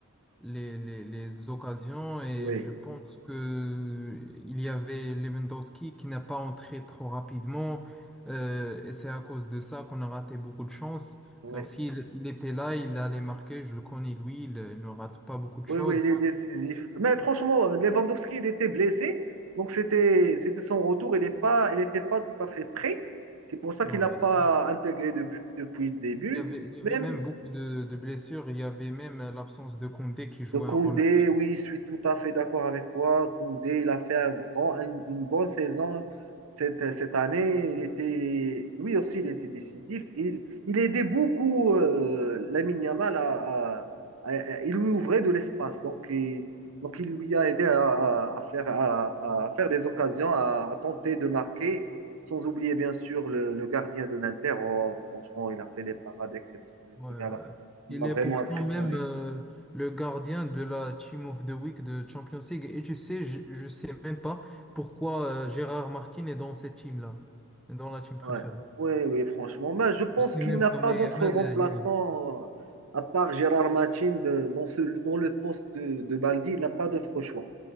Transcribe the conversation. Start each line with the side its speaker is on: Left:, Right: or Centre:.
Centre: les, les, les occasions et
Right: Oui,
Centre: je pense que il y avait Lewandowski qui n'a pas entré trop rapidement euh, et c'est à cause de ça qu'on a raté beaucoup de chance
Right: oui,
Centre: car s'il il était là, il allait marquer, je le connais lui, il, il ne rate pas beaucoup de
Right: oui,
Centre: choses.
Right: oui, il est décisif. Mais franchement, Lewandowski, il était blessé. Donc, c'était, c'était son retour. Il n'est pas, il n'était pas tout à fait prêt. C'est pour ça
Centre: Ouais,
Right: qu'il n'a pas intégré de- depuis le début.
Centre: Il y avait, il y avait
Right: Même,
Centre: même beaucoup de, de blessures, il y avait même l'absence de Koundé qui jouait
Right: De Koundé,
Centre: un rôle.
Right: oui, je suis tout à fait d'accord avec toi. Koundé, il a fait un grand- une, une bonne saison cette, cette année. Il était, lui aussi, il était décisif. Il, il aidait beaucoup euh, Lamine Yamal à, à- à- à- Il lui ouvrait de l'espace. Donc, il- donc, il lui a aidé à, à- à faire, à, à faire des occasions, à, à tenter de marquer. Sans oublier, bien sûr, le, le gardien de l'Inter. Oh, franchement, il a fait des parades exceptionnelles,
Centre: Ouais,
Right: ce
Centre: ouais.
Right: gars-là.
Centre: ouais.
Right: Il
Centre: Il
Right: m'a
Centre: est
Right: vraiment
Centre: pourtant
Right: impressionné.
Centre: même euh, le gardien de la Team of the Week de Champions League. Et tu sais, je, je sais même pas pourquoi euh, Gérard Martin est dans cette team-là, dans la team préférée.
Right: Ouais. Oui, oui, franchement. Mais je pense
Centre: Je sais
Right: qu'il
Centre: même
Right: n'a
Centre: pas,
Right: pas
Centre: mais
Right: d'autre
Centre: Amel,
Right: remplaçant,
Centre: euh, il...
Right: euh, à part Gérard Martin, de- dans, ce, dans le poste de, de Baldi, il n'a pas d'autre choix.